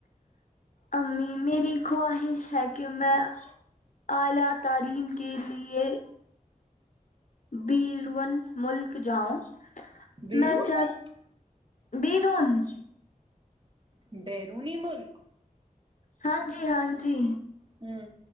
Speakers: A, on the left (about 60°); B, on the right (about 35°).
A: امی میری خواہش ہے کہ میں اعلی تعلیم کے لیے بیرون ملک جاؤ
B: بیرون
A: میں چاہ
B: ملک
A: بیرون
B: بیرونی ملک
A: ہاں جی ہاں جی
B: ہوں